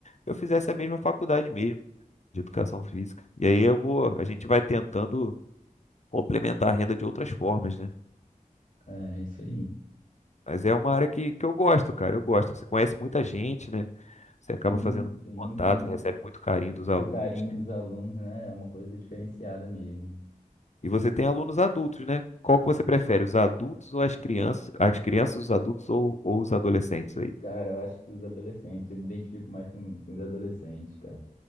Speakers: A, on the left; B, on the left.
A: eu fizesse a mesma faculdade mesmo, de educação física. E aí eu vou, a gente vai tentando complementar a renda de outras formas, né?
B: É isso aí.
A: Mas é uma área que, que eu gosto, cara. Eu gosto. Você conhece muita gente, né? Você acaba
B: Sim,
A: fazendo
B: sim,
A: contato,
B: sim.
A: você recebe muito carinho dos alunos.
B: O carinho dos alunos, né, é uma coisa diferenciada mesmo.
A: E você tem alunos adultos, né? Qual que você prefere, os adultos ou as crianças? As crianças, os adultos ou, ou os adolescentes aí?
B: Cara, eu acho que os adolescentes, eu me identifico mais com, com os adolescentes, cara.